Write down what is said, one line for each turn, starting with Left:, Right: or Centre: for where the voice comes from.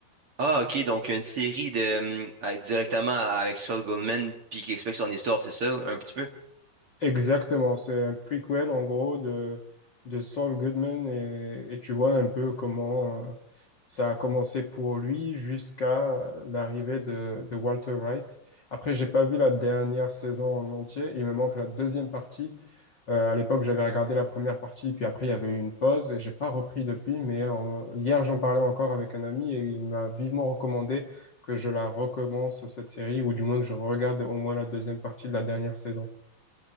Right: Ah, ok, donc une série de, hum, avec- directement avec Saul Goldman, puis qui explique son histoire, c'est ça, un petit peu?
Left: Exactement, c'est un prequel en gros de, de Saul Goodman et, et tu vois un peu comment euh, ça a commencé pour lui jusqu'à l'arrivée de, de Walter Wright. Après, j'ai pas vu la dernière saison en entier, il me manque la deuxième partie. Euh, à l'époque, j'avais regardé la première partie, puis après il y avait eu une pause et j'ai pas repris depuis, mais en- hier j'en parlais encore avec un ami et il m'a vivement recommandé que je la recommence cette série ou du moins que je regarde au moins la deuxième partie de la dernière saison.